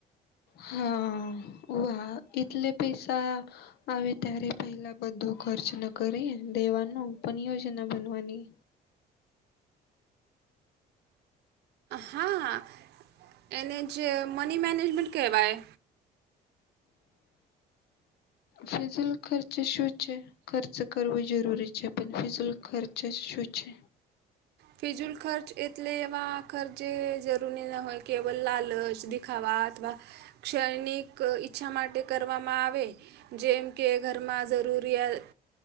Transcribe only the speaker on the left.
હા, ઓ હા એટલે પૈસા આવે ત્યારે પહેલા બધો ખર્ચ ન કરી દેવાનો પણ યોજના બનવાની
ફિઝલ ખર્ચ શૂ છે ખર્ચ કરવું જરૂરી છે પણ ફિઝલ ખર્ચ શું છે